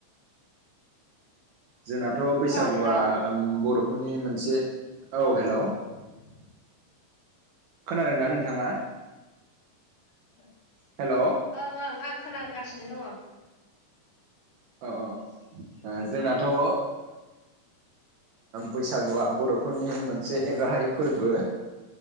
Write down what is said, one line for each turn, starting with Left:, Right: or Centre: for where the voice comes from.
Right: जोंनाथ' बैसागुआ
Left: ओं हेलौ
Right: उम बर'फोरनि मोनसे औ हेल'
Left: <inaudible>
Right: खोनादों ना नोंथाङा?
Left: <inaudible>
Right: हेल'
Left: ओं ओं आं खोनागासिनो दङ।
Right: औ औ ओ जोंनाथ' ओ बैसागुआ बर' फोरनि मोनसे एंगारहायै फोरबो।